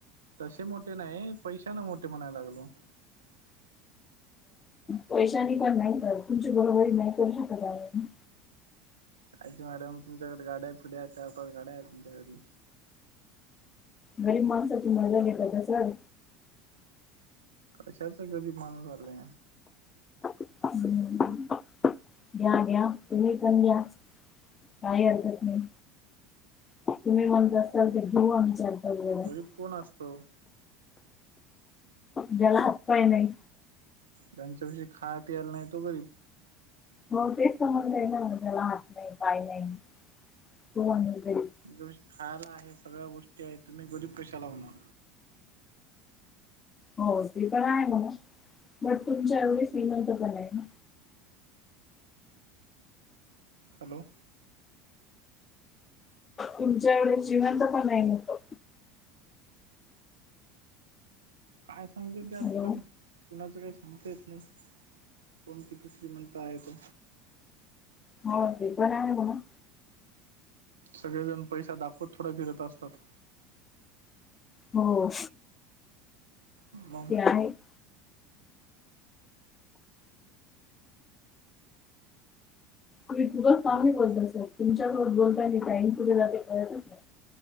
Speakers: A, on the right; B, on the left.
A: तसे मोठे नाही पैशानं मोठे म्हणाय लागलो
B: पैशानी पण नाही सर तुमची बरोबरी नाही करू शकत आम्ही
A: <unintelligible> मॅडम तुमच्याकडे गाड्या फिड्या आहे चार पाच गाड्या आहेत तुमच्याघरी
B: गरीब माणसाची मजा घेताय का सर
A: कशाच गरीब माणूस आलाय
B: हम् <unintelligible> हम घ्या घ्या तुम्ही पण घ्या काही हरकत नाही तुम्ही म्हणत असताल तर घेऊ आमच्या आम्ही पाच वेळा
A: गरीब कोण असत ओ?
B: ज्याला हात पाय नाही
A: त्यांच्यापाशी खाया पियाला नाही तो गरीब
B: हो तेच तर म्हणते न ज्याला हात नाही, पाय नाही, तो माणूस गरीब.
A: तुमच्यापाशी खायला आहे सगळ्या गोष्टी आहेत तुम्ही गरीब कशाला होणार
B: हो ते पण आहे म्हणा बट तुमच्या एवढी श्रीमंत पण नाही ना
A: हॅलो!
B: तुमच्या एवढे श्रीमंत पण नाही म्हटल
A: काय सांगता येत आजकाल
B: हॅलो
A: कुणाचं काही सांगता येत नाही. कोण किती श्रीमंत आहे तो
B: हो ते पण आहे म्हणा
A: सगळेजण पैसा दाखवत थोडं फिरत असतात
B: हो
A: मग
B: ते आहे <inaudible> तुम्ही खूपच <unintelligible>
A: हा
B: बोलला सर तुमच्या बरोबर बोलताय नाही टाईम कुठे गेला ते कळतच नाही